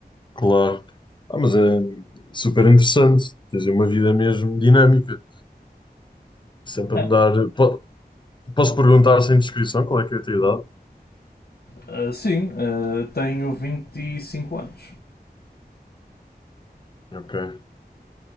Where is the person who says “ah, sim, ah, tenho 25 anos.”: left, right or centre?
Left